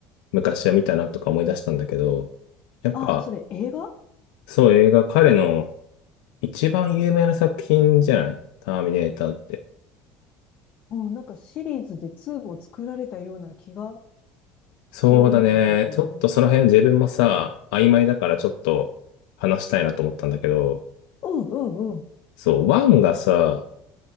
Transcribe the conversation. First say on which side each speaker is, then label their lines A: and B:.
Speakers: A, on the left; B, on the left.
A: 昔は見たなとか思い出したんだけど、やっぱ、
B: ああ、それ映画
A: そう、映画、彼の一番有名な作品じゃないターミネーターって。
B: うん、なんかシリーズで2も作られたような気がしてるんだけど。
A: そうだね。ちょっとその辺自分もさ、
B: うん
A: 曖昧だからちょっと話したいなと思ったんだけど、
B: うんうん。
A: そう、ワンがさ、